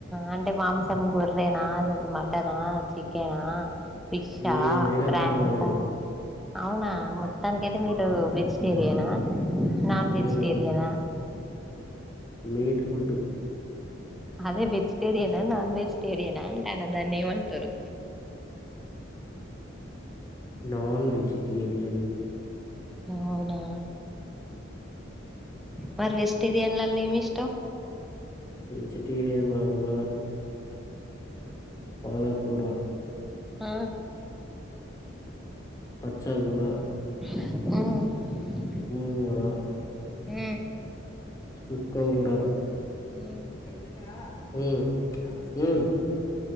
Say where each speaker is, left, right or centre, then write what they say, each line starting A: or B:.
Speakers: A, in the centre; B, on the left.
A: అంటే మాంసం గొర్రెనా మటనా చికె నా ఫిష్ ఆ
B: ఏదైనా
A: ఫ్రాన్స్
B: పర్వాలేదు
A: ఆ అవునా మొత్తానికయితే మీరు వెజిటేరియనా నాన్ వెజిటేరియనా
B: ఉమ్ మీేట్ ఫుడ్
A: అదే వెజిటేరియనా నాన్ వెజిటేరియనా అంటన్న దాన్ని ఏమంటారు
B: నాన్ వెజిటేరియన్
A: అవునా మరి వెజిటేరియన్లళ్ళ ఏమి ఇష్టం
B: వెజిటేరియన్లళ్ళ పాలకూరా
A: ఆ
B: పచ్చాకుర
A: మ్
B: గోంగూర
A: మ్
B: సుక్కకుర
A: ఉమ్
B: <inaudible>